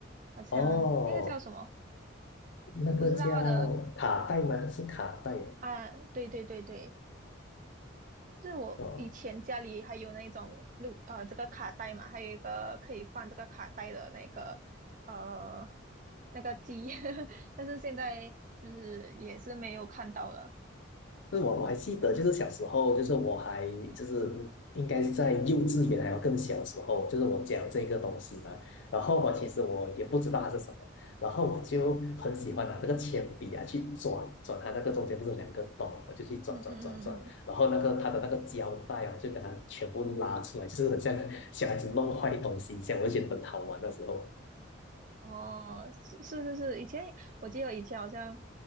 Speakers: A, on the right (about 40°); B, on the left (about 65°).
A: 好像那个叫什么，
B: 哦，那个叫卡带吗？
A: 我不知道它的
B: 是卡带
A: 啊，对对对对，就是我以前家里还有那种录呃这个卡带嘛，
B: 哦，
A: 还有一个可以放这个卡带的那个呃那个机，<laughs> 但是现在就是也是没有看到了，
B: 就是我我还记得，就是小时候，就是我还就是应该是在幼稚园还要更小时候，就是我教这个东西嘛，然后我其实我也不知道它是什么，然后我就很喜欢拿那个铅笔啊去转转它那个中间不是有两个洞，我就去转转转转，
A: 嗯嗯嗯嗯。
B: 然后那个它的那个胶带啊，就给它全部拉出来，就是很像小孩子弄坏东西一样，我就觉得很好玩的时候。
A: 哦，是是是是，以前我记得以前好像